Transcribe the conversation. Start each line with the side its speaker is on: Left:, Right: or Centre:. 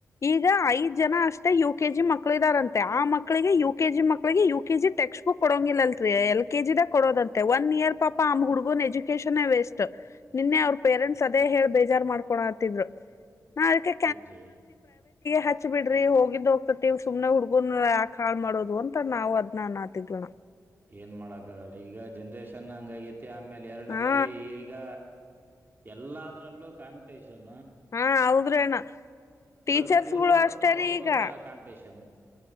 Left: ಈಗ ಐದ್ ಜನ ಅಷ್ಟೇ ಯು ಕೆ ಜಿ ಮಕ್ಕಳು ಇದಾರಂತೆ ಆ ಮಕ್ಕಳಿಗೆ ಯು ಕೆಜಿ ಮಕ್ಕಳಿಗೆ ಯು ಕೆಜಿ ಟಕ್ಸ್ಟ್ ಬುಕ್ ಕೊಡಂಗಿಲ್ಲಲ್ರಿ ಎಲ್ ಕೆಜಿ ದ ಕೊಡೋದಂತೆ ಒನ್ ಇಯರ್ ಪಾ ಆಮ್ ಹುಡುಗನ್ ಎಜುಕೇಶನ್ ವೇಸ್ಟ್ ನಿನ್ನೆ ಅವ್ರ ಪೇರೆಂಟ್ಸ್ ಅದೇ ಹೇಳ್ಬೇಕು ಕ ಮಾಡೈ
Right: ಇಲ್ರಿ
Left: ಹ ಬಿ್ರ ಹ ಹೋಗ್ತತಿವ ಸು್ನೆ ಹುಡ್ಗು ಯಾಕ ಹಾಳ್ ಮಾಡೋದು ಅಂತ ನಾವು ಅದ್ ಅತಿದ್ವ
Right: ಏನ್ ಮಾಡಕ್ ಆಗಲ್ರಿ ಈಗ ಜನ್ರೇಷನ್ ಹಂಗಾಗಿ ಆಮೇಲೆ ಎರಡನೇದಾಗಿ
Left: ಹಾ
Right: ಈಗ ಎಲ್ಲದ್ರಲ್ಲೂ ಕಾಂಪಿಟೇಷನ್
Left: ಹಾ ಹೌದ್ರಣ್ಣ ಟೀಚರ್ಸ್ಗಳು
Right: ಸ್ಕೂಲ್ನವರು
Left: ಅಷ್ಟೇ
Right: ಅವರು
Left: ರೀ ಈಗ
Right: ಒಂಂತರ ಕಾಂಪಿಟೇಷನ್